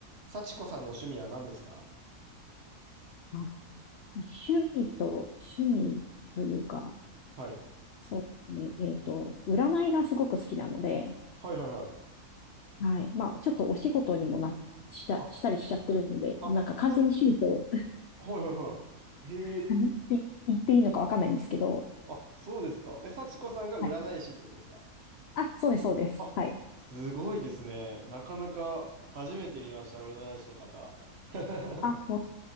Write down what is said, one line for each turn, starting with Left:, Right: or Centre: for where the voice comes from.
Right: 幸子さんの趣味は何ですか
Left: あ趣味と、趣味というか、
Right: はい。
Left: そうね、えっと、占いがすごく好きなので、
Right: はいはいはい。
Left: はい。まあ、ちょっとお仕事にもな、した、
Right: あ、
Left: したりしちゃってるので、
Right: あ、
Left: なんか完全に趣味と
Right: さ、はいはいはい。へえ。
Left: <laughs> 言って言っていいのかわかんないんですけど、
Right: あ、そうですか。え、幸子さんが占い師ってことですか
Left: はい。あ、そうです、そうです。
Right: あ、
Left: はい。
Right: すごいですね。なかなか初めて見ました、占い師の方。<laughs>
Left: あ、もう、